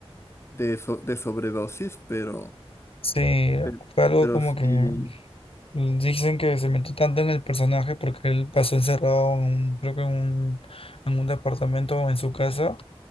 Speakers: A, on the left; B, on the left.
A: de, so- de sobredosis, pero,
B: Sí,
A: pero,
B: fue algo
A: pero
B: como
A: sí.
B: que dicen que se metió tanto en el personaje porque él pasó encerrado, en un- creo que en un, en un departamento o en su casa.